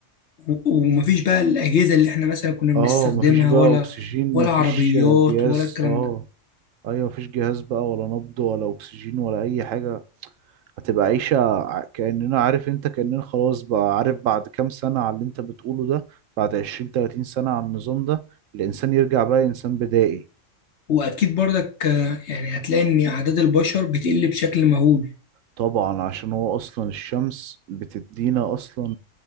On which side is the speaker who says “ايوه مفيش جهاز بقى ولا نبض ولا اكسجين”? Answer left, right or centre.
Right